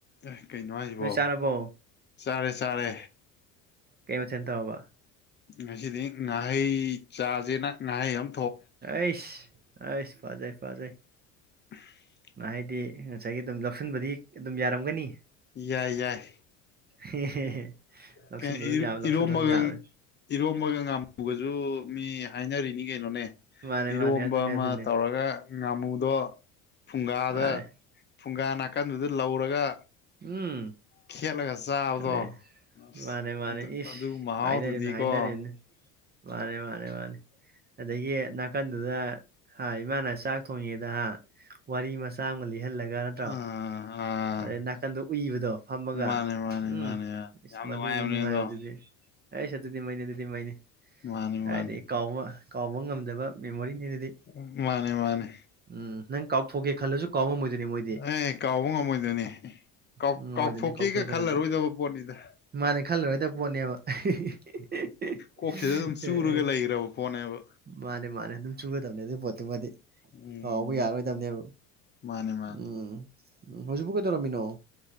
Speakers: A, on the left; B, on the right.
A: ꯑꯦ ꯀꯩꯅꯣ ꯍꯥꯏꯁꯤꯕꯣ
B: ꯅꯣꯏ ꯆꯥꯔꯕꯣ
A: ꯆꯥꯔꯦ ꯆꯥꯔꯦ
B: ꯀꯩ ꯃꯊꯦꯜ ꯇꯧꯔꯕ
A: ꯉꯁꯤꯗꯤ ꯉꯥꯍꯩ ꯆꯥꯖꯦꯅ ꯉꯥꯍꯩ ꯑꯝ
B: ꯑꯁ ꯑꯁ ꯐꯥꯖꯩ ꯐꯥꯖꯩ
A: <inaudible>
B: ꯉꯥꯍꯩꯗꯤ ꯉꯁꯥꯏꯒꯤ ꯑꯗꯨꯝ ꯂꯧꯁꯟꯕꯗꯤ ꯑꯗꯨꯝ ꯌꯥꯔꯝꯒꯅꯤ
A: ꯌꯥꯏ ꯌꯥꯏ
B: ꯍꯦ ꯍꯦ ꯍꯦ ꯂꯧꯁꯤꯟꯕ
A: ꯀꯩꯅꯣ ꯏꯔꯣ-
B: ꯌꯥꯕ ꯂꯧꯁꯤꯟꯕ
A: ꯏꯔꯣꯝꯕꯒ
B: ꯌꯥꯕ
A: ꯏꯔꯣꯝꯕꯒ ꯉꯥꯃꯨꯒꯁꯨ ꯃꯤ ꯍꯥꯏꯅꯔꯤꯅꯤ ꯀꯩꯅꯣꯅꯦ
B: ꯃꯥꯅꯦ
A: ꯏꯔꯣꯝꯕ
B: ꯃꯥꯅꯦ ꯑꯗꯨꯅꯦ
A: ꯑꯃ
B: ꯑꯗꯨꯅꯦ
A: ꯇꯧꯔꯒ ꯉꯥꯃꯨꯗꯣ ꯐꯨꯡꯒꯥꯗ
B: ꯃꯥꯅꯦ
A: ꯐꯨꯡꯒꯥ ꯅꯥꯀꯟꯗꯨꯗ ꯂꯧꯔꯒ
B: ꯎꯝ
A: ꯈꯦꯠꯂꯒ ꯆꯥꯕꯗꯣ
B: ꯑꯗꯩ
A: ꯑꯁ
B: ꯃꯥꯅꯦ ꯃꯥꯅꯦ
A: ꯑꯗꯨ
B: ꯏꯁ
A: ꯑꯗꯨ ꯃꯍꯥꯎꯗꯨꯗꯤꯀꯣ
B: ꯍꯥꯏꯅꯔꯤꯝꯅꯤ ꯍꯥꯏꯅꯔꯤꯝꯅꯤ ꯃꯥꯅꯦ ꯃꯥꯅꯦ ꯃꯥꯅꯦ ꯑꯗꯒꯤ ꯅꯥꯀꯟꯗꯨꯗ ꯍꯥ ꯏꯃꯥꯅ ꯆꯥꯛ ꯊꯣꯡꯉꯤꯉꯩꯗ ꯍꯥ ꯋꯥꯔꯤ ꯃꯆꯥ ꯑꯝꯒ ꯂꯤꯍꯜꯂꯒ ꯅꯠꯇ꯭ꯔꯣ
A: ꯑꯥ ꯑꯥ
B: ꯑꯗꯩ ꯅꯥꯛ ꯑꯗꯣ ꯎꯨꯏꯕꯗꯣ ꯐꯝꯃꯒ
A: ꯃꯥꯅꯦ ꯃꯥꯅꯦ
B: ꯎꯝ
A: ꯃꯥꯅꯦ ꯃꯥꯅꯦ
B: ꯏꯁ
A: ꯌꯥꯝ
B: ꯃꯗꯨꯃꯨꯛ
A: ꯅꯨꯡꯉꯥꯏꯕꯅꯦ
B: ꯅꯨꯡꯉꯥꯏꯕꯗꯨ
A: ꯑꯗꯣ
B: ꯗꯤ ꯑꯦꯁ ꯑꯗꯨꯗꯤ ꯃꯩꯅꯤ ꯑꯗꯨꯗꯤ ꯃꯩꯅꯤ
A: ꯃꯥꯅꯦ
B: ꯀꯥꯏꯗꯩ
A: ꯃꯥꯅꯦ
B: ꯀꯥꯎꯕ ꯀꯥꯎꯕ ꯉꯝꯗꯕ ꯃꯦꯃꯣꯔꯤꯅꯤ ꯑꯗꯨꯗꯤ
A: ꯎꯝ ꯃꯥꯅꯦ ꯃꯥꯅꯦ
B: ꯎꯝ ꯅꯪ ꯀꯥꯎꯊꯣꯛꯀꯦ ꯈꯜꯂꯁꯨ ꯀꯥꯎ ꯉꯝꯃꯣꯏꯗꯣꯢꯅꯩ ꯃꯣꯏ
A: ꯑꯦ ꯀꯥꯎꯕ ꯉꯝꯃꯣꯏꯗꯣꯏꯅꯦ ꯀꯥꯎ
B: ꯉꯝꯃꯣꯏꯗꯣꯏꯅꯦ
A: ꯀꯥꯎꯊꯣꯛꯀꯦꯒ
B: ꯀꯥꯎꯊꯣꯛꯀꯦ ꯈꯜꯂꯁꯨ
A: ꯈꯜꯂꯔꯣꯏꯗꯕ ꯄꯣꯠꯅꯤꯗ
B: ꯃꯥꯅꯦ ꯈꯜꯂꯔꯣꯏꯗꯕ ꯄꯣꯠꯅꯦꯕ <unintelligible>
A: ꯀꯣꯛꯁꯤꯗ ꯑꯗꯨꯝ ꯆꯨꯔꯒ ꯂꯩꯈ꯭ꯔꯕ ꯄꯣꯠꯅꯦꯕ
B: ꯃꯥꯅꯦ ꯃꯥꯅꯦ ꯑꯗꯨꯝ ꯆꯨꯒꯗꯝꯅꯦ ꯑꯗꯨꯏ ꯄꯣꯠꯇꯨꯃꯗꯤ
A: ꯎꯝ
B: ꯀꯥꯎꯕ ꯌꯥꯔꯣꯏꯗꯝꯅꯦꯕ
A: ꯃꯥꯅꯦ ꯃꯥꯅꯦ
B: ꯎꯝ ꯎꯝ ꯍꯧꯖꯤꯛꯄꯨ ꯀꯩꯗꯧꯔꯝꯃꯤꯅꯣ